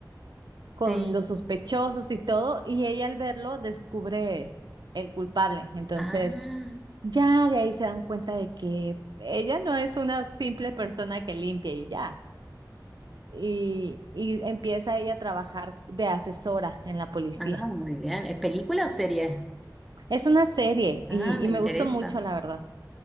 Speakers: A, in the centre; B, on the right (about 75°).
A: sí.
B: Con los sospechosos y todo, y ella al verlo descubre el culpable. Entonces
A: Ah,
B: ya de ahí se dan cuenta de que ella no es una simple persona que limpia y ya. Y, y empieza ella a trabajar de asesora en la policía.
A: ah, muy bien. ¿Es película o serie?
B: Es una serie
A: Ah,
B: y
A: me
B: y me
A: interesa.
B: gustó mucho, la verdad.